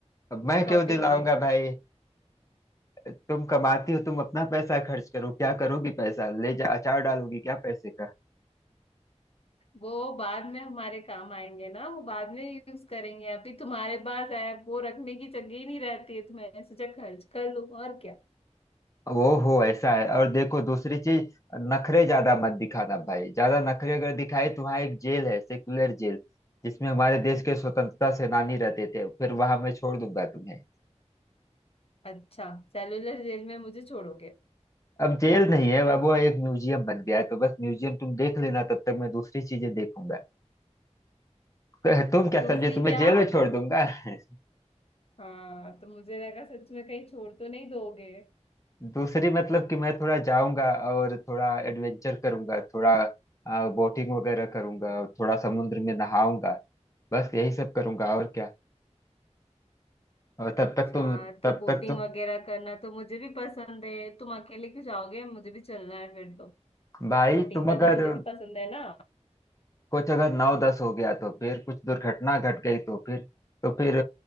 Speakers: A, on the left; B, on the left.
A: अब मैं
B: शॉपिंग
A: क्यों दिलाऊंगा
B: में
A: भाई तुम कमाती हो तुम अपना पैसा खर्च करो क्या करोगी पैसा ले जा अचार डालोगी क्या पैसे का
B: वो बाद में हमारे काम आएंगे ना वो बाद में यूज करेंगे अभी तुम्हारे पास है वो रखने की जगह ही नहीं रहती है तो मैंने सोचा खर्च कर लूं और क्या
A: वो हो ऐसा है और देखो दूसरी चीज नखरे ज्यादा मत दिखाना भाई ज्यादा नखरे अगर दिखाए तो वहाँ एक जेल है सेकुलर जेल जिसमें हमारे देश के स्वतंत्रता सेनानी रहते थे फिर वहां मैं छोड़ दूंगा तुम्हें
B: अच्छा सेलुलर जेल में मुझे छोड़ोगे
A: अब जेल नहीं है अब वो एक म्यूजियम बन गया है तो बस म्यूजियम तुम देख लेना तब तक मैं दूसरी चीजें देखूंगा <laughs> तो तुम क्या
B: दूसरी
A: समझे तुम्हें
B: क्या
A: जेल में छोड़ दूंगा <laughs>
B: हाँ तो मुझे लगा सच में कहीं छोड़ तो नहीं दोगे
A: दूसरी मतलब कि मैं थोड़ा जाऊंगा और थोड़ा एडवेंचर करूंगा थोड़ा बोटिंग वगैरह करूंगा और थोड़ा समुद्र में नहाऊंगा बस यही सब करूंगा और क्या और तब
B: अच्छा
A: तक तुम तब
B: तो बोटिंग
A: तक तुम
B: वगैरह करना तो मुझे भी पसंद है तुम अकेले क्यों जाओगे मुझे भी चलना है फिर तो
A: भाई
B: बोटिंग
A: तुम
B: करना
A: अगर
B: मुझे भी पसंद है ना
A: कुछ अगर नौ दस हो गया तो फिर कुछ दुर्घटना घट गई तो फिर तो फिर